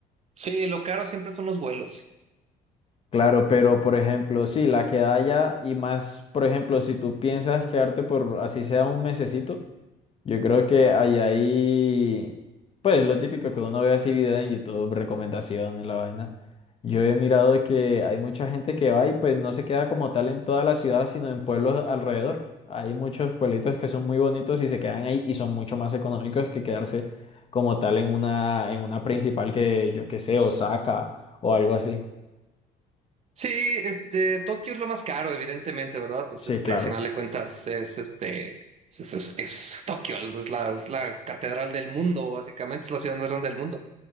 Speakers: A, on the right (about 40°); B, on the left (about 35°).
A: Sí, sí, lo caro siempre son los vuelos.
B: Claro, pero por ejemplo, sí, la quedada allá y más, por ejemplo, si tú piensas quedarte por así sea un mesecito. Yo creo que ahí hay pues lo típico que uno ve así videos en YouTube, recomendaciones, la vaina. Yo he mirado que hay mucha gente que va y pues no se queda como tal en toda la ciudad, sino en pueblos alrededor. Hay muchos pueblitos que son muy bonitos y se quedan ahí y son mucho más económicos que quedarse como tal en una, en una principal que yo qué sé, Osaka o algo así.
A: Sí, este, Tokio es lo más caro, evidentemente, ¿verdad? Pues
B: Sí,
A: este,
B: claro.
A: a final de cuentas, es este, pues, es, es- es Tokio, es la, es la catedral del mundo, básicamente, es la ciudad más grande del mundo.